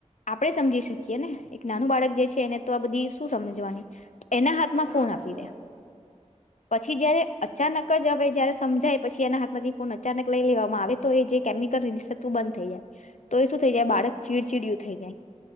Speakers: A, on the left; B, on the right.
A: આપણેે સમજી શકીએ ને એક નાનું બાળક જે છે એને તો આ બધી શું સમજવાની એના હાથમાં
B: ના ના
A: ફોન
B: સાચી
A: આપી
B: વાત
A: દે
B: છે
A: પછી જયારે અચાનક જ હવે જયારે સમજાય પછી એના હાથમાંથી ફોન અચાનક લઈ લેવામાં આવે તો એ જે કેમિકલ રીલીઝ થતું બંધ થઈ જાય તો એ શું થઈ જાય બાર ચીડચીડયું થઈ જાય